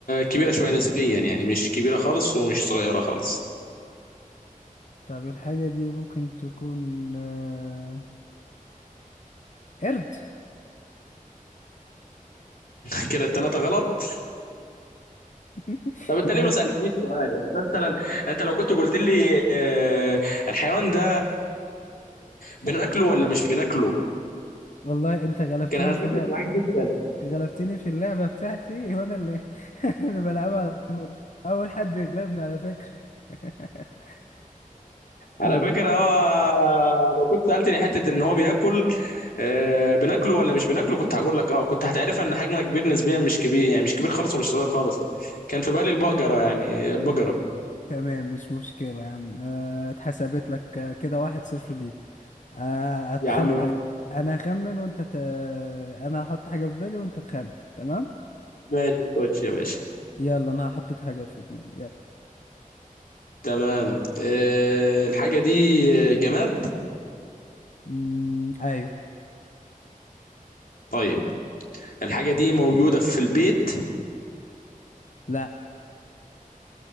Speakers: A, on the left; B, on the left.
A: كبيره شويه نسبيا يعني مش كبيره خالص ومش صغيره خالص
B: طب الحاجة دي ممكن تكون آه، قرد
A: <laughs> كده الثلاثه غلط
B: <laughs>
A: طب انت ليه
B: يعني
A: ما سالتنيش سؤال يعني مثلا انت لو كنت قلت لي آه، الحيوان ده بناكله ولا مش بناكله
B: والله انت غلبتني
A: كان هتفرق
B: في اللعبة
A: معاك جدا
B: غلبتني في اللعبة بتاعتي وانا اللي <laughs> أنا اللي بلعبها على طول اول حد يغلبني على فكرة <laughs>
A: على
B: طيب
A: فكرة هو لو كنت سألتني حتة ان هو بياكل آه، بناكله ولا مش بناكله كنت هقول لك اه كنت هتعرفها ان حجمه كبير نسبيا مش كبير يعني مش كبير خالص ومش صغير خالص كان في بالي البقرة يعني البقرة
B: تمام مش مشكلة يا عم آه، اتحسبت لك آه، كده واحد صفر ليك آه، أتخم...
A: يا عم
B: أخ... انا هخمن وانت ت... انا هحط حاجة في بالي وانت تخمن تمام
A: ماشي خش يا باشا
B: يلا انا حطيت حاجة في دماغي يلا
A: تمام آه، الحاجة دي آه، جماد
B: مم... ايوه
A: طيب الحاجة دي موجودة في البيت
B: لا